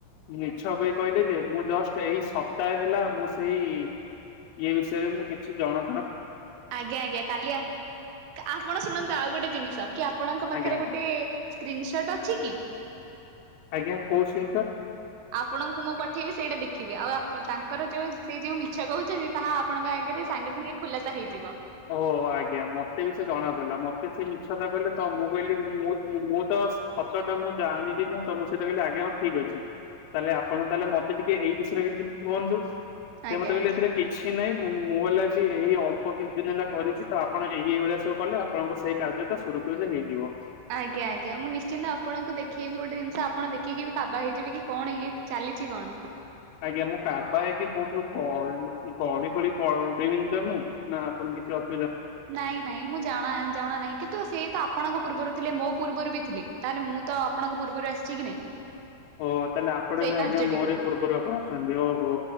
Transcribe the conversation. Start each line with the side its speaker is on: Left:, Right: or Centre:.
Left: ମିଛ କହି କହିଲେ ଯେ ମୁଁ ଜଷ୍ଟ ଏଇ ସପ୍ତାହେ ହେଲା ମୁଁ ସେଇ ଏ ବିଷୟରେ ମୁଁ କିଛି ଜଣା
Right: ଆଜ୍ଞା ଆଜ୍ଞା କାଲି ଆ ଆପଣ ଶୁଣନ୍ତୁ ଆଉ ଗୋଟେ ଜିନିଷ କି ଆପଣଙ୍କ ପାଖରେ
Left: ଆଜ୍ଞା
Right: ଗୋଟେ ସ୍କ୍ରିିନସଟ୍ ଅଛି କି?
Left: ଆଜ୍ଞା କୋଉ ସ
Right: ଆପଣଙ୍କୁ ମୁଁ ପଠେଇବି ସେଇଟା ଦେଖିବି ଆଉ ତାଙ୍କର ଯେଉଁ ସେ ଯେଉଁ ମିଛ କହୁଛନ୍ତି ତାହା ଆପଣଙ୍କ ଆଗରେ ସାଙ୍ଗେ ସାଙ୍ଗେ ଖୁଲାସା ହେଇଯିବ।
Left: ଓ ଆଜ୍ଞା ମତେ ବି ସେ ଜଣା ପଡ଼ିଲା ମତେ ସେ ମିଛତା କହିଲ ତ ମୁଁ କହିଲି ମୁ ମୁଁ ତ ହତ ଟା ମୁଁ ଜାଣିନି ମୁଁ ତମ ସହିତ କହଲି ଆ୍ଞା ହଁ ଠିକ ଅଛି। ତାହେଲେ ଆପଣ ତାହେଲେ ମତେ ଟିକେ ଏଇ ବିଷୟରେ କିଛି କୁହନ୍ତୁ। ସେ
Right: ଆଜ୍ଞା
Left: ମତେ କହିଲେ
Right: ଆଜ୍ଞା।
Left: ଏଥିରେ କିଛି ନହିଁ ମୁଁ ବଲେ ବି ଏଇ ଅଳ୍ପ କିଛି ଦିନ ହେଲା କରିଚି ତ ଆପଣ ଏଇ ଏଇଭଳିଆ ସବୁ କଲେ ଆପଣଙ୍କ ସେଇ କାର୍ଯ୍ୟଟା ସୁରୁଖୁରୁରେ ହେଇଯିବ।
Right: ଆଜ୍ଞା ଆଜ୍ଞା ମୁଁ ନିଶ୍ଚିନ୍ତ ଆପଣଙ୍କୁ ଦେଖେଇବି ଗୋଟେ ଜିନିଷ ଆପଣ ଦେଖିକି ବି କାବା ହେଇଯିବେ କି କଣ ଇଏ ଚାଲିଚି କଣ?
Left: ଆଜ୍ଞା ମୋ କାବା ହେଇକି କୋଉଠୁ ଗ ଗଳି ଭଳି ପେଇବି ତ ମୁଁ ନା ଆପଣ କିଛି ଆସୁ
Right: ନାଇଁ ନାଇଁ ମୁଁ ଜଣା ଜଣା ନାହିଁ କିନ୍ତୁ ସେ ତ ଆପଣଙ୍କ ପୂର୍ବରୁ ଥିଲେ ମୋ ପୂର୍ବରୁ ବି ଥିଲେ। ତାହେଲେ ମୁଁ ତ ଆପଣଙ୍କ ପୂର୍ବରୁ ଆସିଚି କି ନାଇଁ?
Left: ଓ ତାହେଲେ ଆପଣ
Right: ସେଇ
Left: ବି
Right: କାର୍ଯ୍ୟଟିକୁ
Left: ଆଜ୍ଞା ମୋରି ପୂର୍ବରୁ ଆପଣ ଅଛନ୍ତି ଓହୋ।